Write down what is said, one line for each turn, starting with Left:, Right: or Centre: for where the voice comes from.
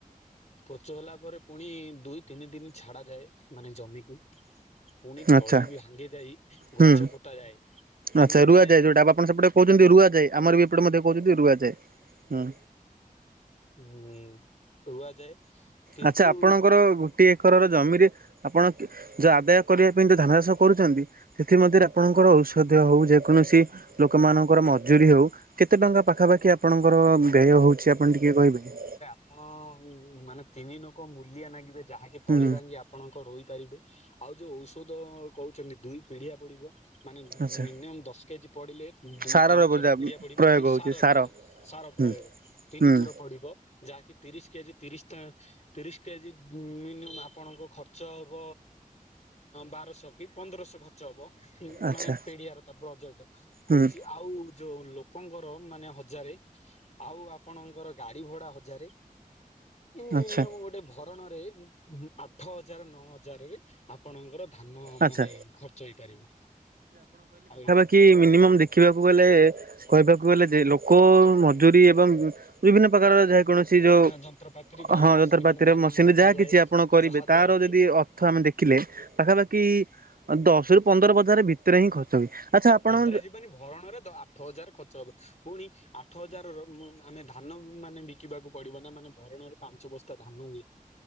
Left: ପୋଚ ହେଲା ପରେ ପୁଣି ଦୁଇ ତିନି ଦିନ ଛଡା ଯାଏ। ମାନେ ଜମିକୁ ପୁଣି
Right: ଆଚ୍ଛା
Left: ତଳି ବି ସାଙ୍ଗେ ଯାଇ
Right: ହୁଁ।
Left: ଗଛ ପୋତା ଯାଏ। ତିନି
Right: ଆଚ୍ଛା ରୁଆଯାଏ
Left: ମାନେ
Right: ଯୋଉଟା ଆପଣ ସେପଟେ କହୁଛନ୍ତି ରୁଆ ଯାଏ ଆମର ବି ଏପଟେ କହୁଛନ୍ତି ରୁଆ ଯାଏ ହୁଁ।
Left: ହୁଁ ରୁଆଯାଏ କିନ୍ତୁ
Right: ଆଚ୍ଛା ଆପଣଙ୍କର ଗୋଟିଏ ଏକରର ଜମିରେ ଆପଣ ଯୋଉ ଆଦାୟ କରିବା ପାଇଁ ଯୋଉ ଧାନ ଚାଷ କରୁଛନ୍ତି। ସେଥି ମଧ୍ୟରେ ଆପଣଙ୍କର ଔଷଧ ଦିଆ ହଉ ଯେକୌଣସି ଲୋକମାନଙ୍କର ମଜୁୁରୀ ହଉ କେତେ ଟଙ୍କା ପାଖାପାଖି ଆପଣଙ୍କର ବ୍ୟୟ ହେଉଛି ଆପଣ ଟିକିଏ କହିବେ।
Left: ଣ ମାନେ ତିନି ଲୋକ ମୂଲିଆ ନାଗିବେ ଯାହାକି ତଳି
Right: ହୁଁ
Left: ଭାଙ୍ଗିଆ ଆପଣଙ୍କ ରୋଇପାରିବେ ଆଉ ଯୋଉ ଔଷଧ କହୁଛନ୍ତି ଦୁଇ ପିଢିଆ ପଡିବ। ମାନେ
Right: ଆଚ୍ଛା।
Left: ମିନିମମ୍ ଦଶ କେଜି ପଡିଲେ ଦୁଇ
Right: ସାରର
Left: ତିନି
Right: ବୋଧେ
Left: ଥର ପିଡିଆ ପଡିବ
Right: ପ୍ରୟୋଗ
Left: କି
Right: ହଉଛି
Left: ସାର ଯାହା। ସାର ପ୍ରହବ
Right: ହୁଁ
Left: ତିନି
Right: ହୁଁ
Left: ଥର ପଡିବ ଯାହାକି ତିରିଶ କେଜି ତିରିଶିଟା ତିରିଶ କେଜି ମିନିମମ୍ ଆପଣଙ୍କ ଖର୍ଚ୍ଚ ହବ ବାରଶହ କି ପନ୍ଦରଶହ ଖ ଖର୍ଚ୍ଚ ହବ
Right: ଆଚ୍ଛା
Left: ମାନେ ପିଡିଆର ତ ବଜେଟ୍ କହୁଛି
Right: ହୁଁ।
Left: ଆଉ ଯୋଉ ଲୋକଙ୍କର ମାନେ ହଜାରେ ଆଉ ଆପଣଙ୍କର ଗାଡି ଭଡା ହଜାରେ ଗୋଟେ
Right: ଆଚ୍ଛା
Left: ଭ କାରଣରେ ଆଠ ହଜାର ନଅ ହଜାରରେ ଆପଣଙ୍କର ଧାନ
Right: ଆଚ୍ଛା
Left: ମାନେ ଖର୍ଚ୍ଚ ହେଇପାରିବ ଆଉ
Right: କି ମିନିମମ୍ ଦେଖିବାକୁ ଗଲେ। କହିବାକୁ ଗଲେ ଯେ ଲୋକ ମଜୁରୀ ଏବଂ ବିଭିନ୍ନ ପ୍ରକାରର ଯେ କୌଣସି କି ଯୋଉ
Left: ଯନ୍ତ୍ରପାତିରେ ଗାଡି
Right: ହଁ
Left: ମସିନ
Right: ଯନ୍ତ୍ରପାତିର
Left: ମାନେ ଧାନ
Right: ମେସିନରେ
Left: ମନ୍ଥା
Right: ଯାହା
Left: ଯାଏ
Right: କିଛି ଆପଣ କରିବେ
Left: ଯାହା ଦ୍ଵାରା
Right: ତାର
Left: କି
Right: ଯଦି ଅ ଅଥୟ ଆମେ ଦେଖିଲେ ପାଖାପାଖି ଦଶ ରୁ ପନ୍ଦର ବଜାର ଭିତରେ ହିଁ ଖର୍ଚ୍ଚ ଆଚ୍ଛା
Left: ନାଇଁ
Right: ଆପଣ
Left: ପନ୍ଦର ଯିବାନି ଭରଣରେ ଦ ଆଠ ହଜାର ଖର୍ଚ୍ଚ ହବ ପୁଣି ଆଠ ହଜାରର ମୁ ଆମେ ଧାନ ଉଁ ମାନେ ବି କିବାକୁ ପଡିବ ନା ମାନେ ଭରଣରେ ପାଞ୍ଚ ବସ୍ତା ଧାନ ହୁଏ।